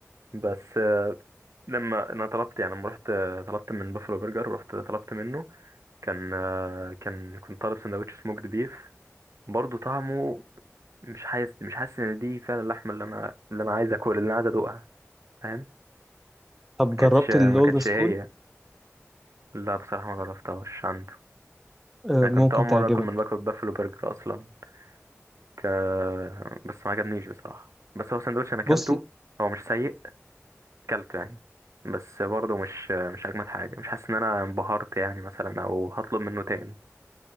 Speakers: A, on the right; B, in the centre.
A: بس لما انا طلبت يعني لما رحت طلبت من بافلو برجر ورحت طلبت منه كان آه، كان كنت طالب سندوتش سموكد بيف برضه طعمه مش حاسس مش حاسس ان دي فعلا اللحمه اللي انا اللي انا عايز اكل اللي انا عايز ادوقها فاهم
B: طب
A: ما كانتش
B: جربت
A: ما
B: الاولد
A: كانتش
B: سكول
A: هي لا بصراحه ما جربتهاش عنده
B: آه،
A: انا
B: ممكن
A: كنت اول مره
B: تعجبك
A: اكل من باكو بافلو برجر اصلا ك... بس ما عجبنيش بصراحه بس هو سندوتش انا اكلته
B: بص
A: هو مش سيء اكلته يعني بس برضه مش مش اجمد حاجه مش حاسس ان انا انبهرت يعني مثلا او هطلب منه تاني